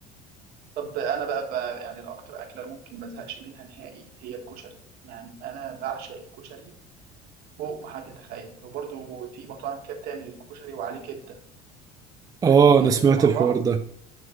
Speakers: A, on the right (about 60°); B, on the right (about 20°).
A: طب انا بقى, بقى يعني الاكتر اكله ممكن ما ازهقش منها نهائي هي الكشري يعني انا بعشق الكشري فوق ما حد يتخيل وبرده في مطاعم كده بتعمل الكشري وعليه كبده
B: اه
A: يعني الميكس
B: انا سمعت
A: ده مع
B: الحوار
A: بعض
B: ده